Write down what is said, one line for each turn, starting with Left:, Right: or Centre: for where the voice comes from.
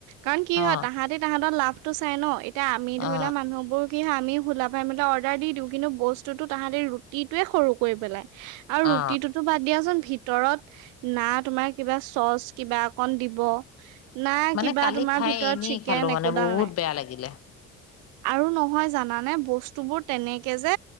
Right: কাৰণ কি
Left: অ
Right: হয় তাহাঁতি তাহাঁতৰ লাভ টো চাই ন ইত এতিয়া আমি ধৰি
Left: অ
Right: লোৱা মানুহবোৰ আমি সুলাভাই মোলে অৰ্ডাৰ দি দিওঁ কিন্তু বস্তুতো তাহাঁতি ৰুটিটোয়ে সৰু কৰি পেলাই আৰু ৰুটিটোতো
Left: অ
Right: বাদ দিয়াচোন ভিতৰত নাক তোমাৰ কিবা চচ কিবা কণ দিব নাই
Left: মানে
Right: কিবা
Left: কালি
Right: তোমাৰ
Left: খাই
Right: ভিতৰত
Left: এনেই
Right: চিকেন
Left: খালো মানে
Right: একোডাল
Left: বহুত
Right: নাই
Left: বেয়া লাগিলে
Right: আৰু নহয় জানা নে বস্তু বোৰ তেনেকে তাকে যে